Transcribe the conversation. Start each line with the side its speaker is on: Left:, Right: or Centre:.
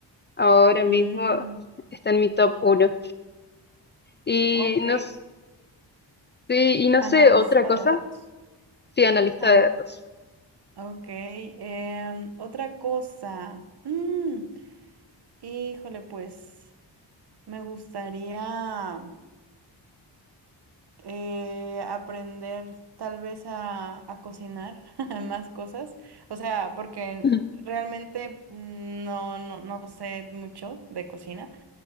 Left: ahora mismo
Right: Mm,
Left: está en mi top uno. Y
Right: ok.
Left: no, s- sí, y no
Right: Analista
Left: sé, otra cosa.
Right: de datos.
Left: Sí, analista
Right: An-
Left: de datos.
Right: ok. em, otra cosa. Mm, híjole, pues me gustaría. eh, aprender tal vez a, a cocinar <laughs> más cosas. O sea, porque
Left: <laughs>
Right: realmente mm, no, no, no sé mucho de cocina